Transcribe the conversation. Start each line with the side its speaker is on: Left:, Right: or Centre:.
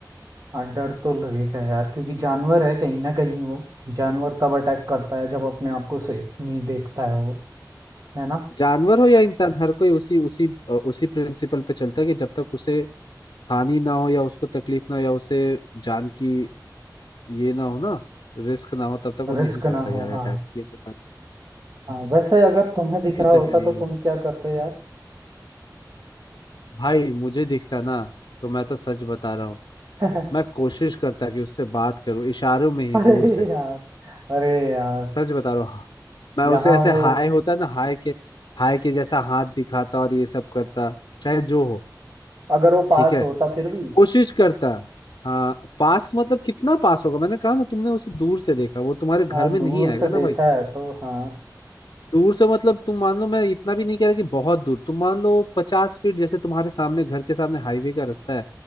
Right: हाँ डर तो लगेगा यार क्योंकि जानवर है कहीं ना कहीं वो जानवर तब अटैक करता है जब अपने आप को सेफ नहीं देखता है वो है ना
Left: जानवर हो या इंसान हर कोई उसी उसी अ, उसी प्रिंसिपल पे चलता है कि जब तक उसे हानि ना हो या उसको तकलीफ ना हो या उसे जान की ये ना हो ना रिस्क ना हो तब तक वो
Right: रिस्क
Left: नहीं करता
Right: ना हो
Left: यार अटैक
Right: हाँ
Left: ये तो बात
Right: हाँ वैसे अगर तुम्हें दिख रहा
Left: ये
Right: होता
Left: तो है
Right: तो
Left: यार
Right: तुम क्या करते यार
Left: भाई मुझे दिखता ना तो मैं तो सच बता रहा हूँ
Right: <laughs>
Left: मैं कोशिश करता कि उससे बात करूँ इशारों में ही
Right: अरे
Left: दूर से
Right: यार अरे यार
Left: सच बता रहा हूँ हाँ, मैं
Right: यहाँ
Left: उसे ऐसे
Right: वो
Left: हाय होता है ना हाय के हाय के जैसा हाथ दिखाता और ये सब करता चाहे जो हो
Right: अगर वो पास
Left: ठीक है
Right: होता फिर भी
Left: कोशिश करता हाँ पास मतलब कितना पास होगा मैंने कहा ना तुमने उसे दूर से देखा वो तुम्हारे घर
Right: हाँ
Left: में
Right: दूर
Left: नहीं आएगा
Right: से
Left: ना
Right: देखा
Left: भाई
Right: है तो हाँ
Left: दूर से मतलब तुम मान लो मैं इतना भी नहीं कह रहा कि बहुत दूर तुम मान लो पचास फीट जैसे तुम्हारे सामने घर के सामने हाईवे का रास्ता है